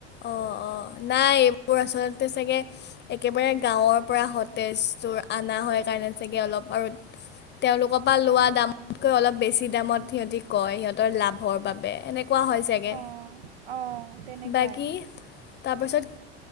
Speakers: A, on the left; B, on the right.
A: অ' অ 'নাই এইবোৰ আচলতে চাগে একেবাৰে গাঁৱৰ পৰা সতেজ তোৰ আনা হয় কাৰণে চাগে অলপ আৰু তেওঁলোকৰ পৰা লোৱা দামতকৈ অলপ বেছি দামত সিহঁতি কয়, সিহঁতৰ লাভৰ বাবে এনেক কোৱা হয় চাগে।
B: অঁ অঁ। তেনেকুৱাই
A: বাকী, তাৰপিছত